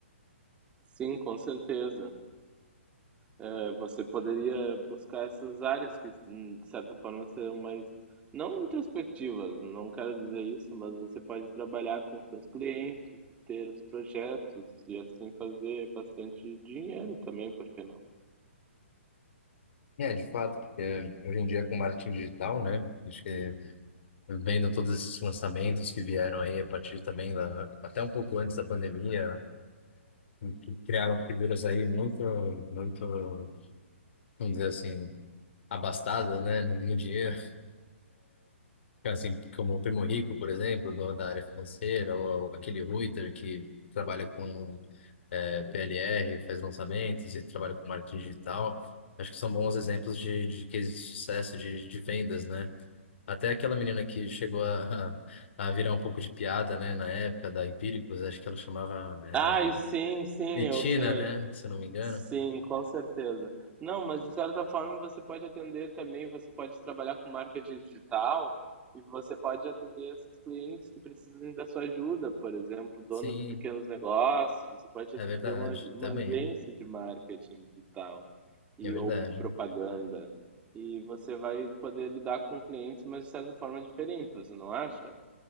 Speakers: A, on the right; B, on the left.
A: Sim, com certeza. É, você poderia buscar essas áreas que, hum, de certa forma, serão mais, não introspectivas, não quero dizer isso, mas você pode trabalhar com seus clientes e ter os projetos e assim fazer bastante dinheiro também, por que não?
B: É, de fato, porque hoje em dia com marketing digital, né? Acho que vendo todos esses lançamentos que vieram aí a partir também da, até um pouco antes da pandemia, que criaram figuras aí muito, muito, vamos dizer assim, abastadas, né, no no dinheiro, assim como o Primo Rico, por exemplo, do, da área financeira, ou aquele Reuter que trabalha com é, PLR, faz lançamentos e trabalha com marketing digital. Acho que são bons exemplos de, de cases de sucesso de, de vendas, né? Até aquela menina que chegou a, a virar um pouco de piada, né, na época da Empíricos, acho que ela chamava, era
A: Ah, e sim, sim,
B: Betina,
A: eu sei.
B: né, se eu não me engano.
A: Sim, com certeza. Não, mas de certa forma você pode atender também, você pode trabalhar com marketing digital e você pode atender esses clientes que precisam da sua ajuda, por exemplo, donos
B: Sim,
A: de pequenos negócios, você pode
B: é verdade,
A: ter uma, uma
B: também,
A: agência de marketing digital e
B: é verdade.
A: ou propaganda. E você vai poder lidar com clientes, mas de certa forma é diferente, você não acha?